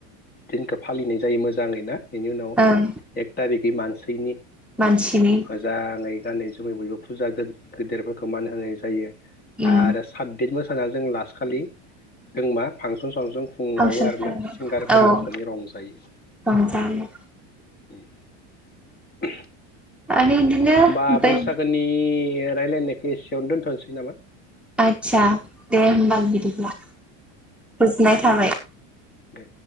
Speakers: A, on the left; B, in the centre.
A: दिनखौ फालिनाय जायो मोजाङै ना? बेनि उनाव
B: ओं
A: एक थारिगै मानसिनि
B: मानसिनि
A: मोजाङै गानै जोमै बयबो फुजा गो-गोदेरफोरखौ मान होनाय जायो
B: उम
A: आरो साथदिन मोस फोरा जों लास खालि जों मा फांसन सांसन खुंबावो
B: फांसन
A: आरोना
B: खालामनाय
A: सिंगारफोर
B: औ
A: लाबोनानै रं जायो।
B: रंजायो
A: उम।
B: आरो इदिनो
A: बा
B: बै
A: बैसागोनि रायलायनायखौ एसेयावनो दोनथ'नोसै नामा?
B: आदसा दे होमबा बिदिब्ला गोजोननाय थाबाय।
A: दे।